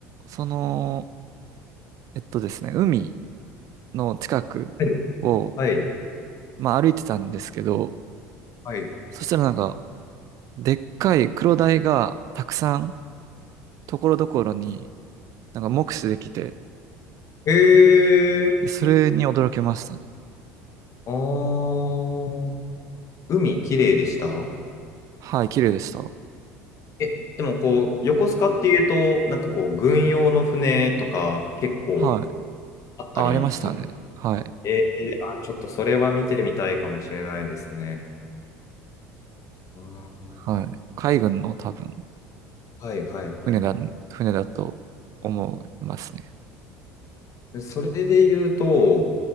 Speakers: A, on the right (about 50°); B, on the left (about 45°).
A: その、えっとですね、海の近くを、
B: い、はい。
A: まあ歩いてたんですけど、
B: はい
A: そしたらなんか、でっかいクロダイがたくさん、ところどころに、なんか目視できて、
B: えー、
A: でそれに驚きましたね。
B: あー、海綺麗でした
A: はい、綺麗でした。
B: え、でもこう、横須賀っていうと、なんかこう、軍用の船とか結構
A: はい。
B: あったりする。
A: あ、ありましたね。はい。
B: えー、あ、ちょっとそれは見てみたいかもしれないですね。うん
A: はい。海軍の多分。
B: はいはいはい。
A: 船だ、船だと思いますね。
B: でそれで言うと、